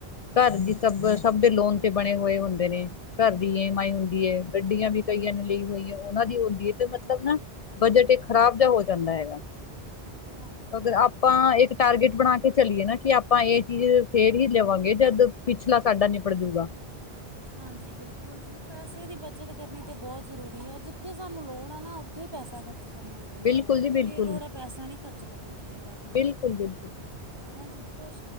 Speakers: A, on the left; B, on the right.
A: ਘਰ
B: ਹਾਂਜੀ
A: ਦੀ ਸਬਜੀ ਸਭ ਦੇ ਲੋਨ ਤੇ ਬਣੇ ਹੋਏ ਹੁੰਦੇ ਨੇ। ਘਰ ਦੀ ਏਮ ਆਈ ਹੁੰਦੀ ਐ, ਗੱਡੀਆਂ ਵੀ ਕਈਆਂ ਨੇ ਲਈ ਹੋਈ ਐ ਉਹਨਾਂ ਦੀ ਹੁੰਦੀ ਐ ਤੇ ਮਤਲਬ ਨਾ ਬਜਟ ਇੱਕ ਖ਼ਰਾਬ ਜਿਹਾ ਹੋ ਜਾਂਦਾ ਹੈਗਾ,
B: ਹਾਂਜੀ
A: ਅਗਰ ਆਪਾਂ ਇੱਕ ਟਾਰਗੇਟ ਬਣਾ ਕੇ ਚਲੀਏ ਨਾ ਕਿ ਆਪਾਂ ਇਹ ਚੀਜ਼ ਫੇਰ ਹੀ ਲਵਾਂਗੇ ਜਦ ਪਿਛਲਾ ਸਾਡਾ ਨਿਬੜ ਜੂਗਾ।
B: ਹਾਂਜੀ ਬਿਲਕੁਲ ਜੀ ਪੈਸੇ ਦੀ ਬੱਚਤ ਕਰਨੀ ਤਾਂ ਬਹੁਤ ਜ਼ਰੂਰੀ ਐ ਜਿੱਥੇ ਸਾਨੂੰ ਲੋੜ ਆ ਨਾ ਉੱਥੇ ਪੈਸਾ ਖਰਚ ਕਰਨਾ ਚਾਹੀਦਾ,
A: ਬਿਲਕੁਲ ਜੀ ਬਿਲਕੁਲ।
B: ਬੇਲੋੜਾ ਪੈਸਾ ਨੀ ਖਰਚ ਕਰਨਾ ਚਾਹੀਦਾ।
A: ਬਿਲਕੁਲ-ਬਿਲਕੁਲ,
B: ਹੈਨਾ ਜੀ ਕੁਛ